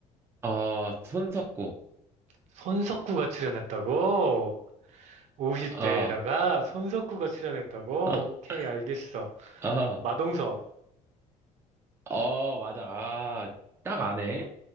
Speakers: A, on the right; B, on the right.
A: 어, 손석구.
B: 손석구가 출연했다고? 50대에다가
A: 어,
B: 손석구가 출연했다고?
A: <laughs>
B: 오케이, 알겠어.
A: 어.
B: 마동석.
A: 어, 맞아. 아, 딱 아네.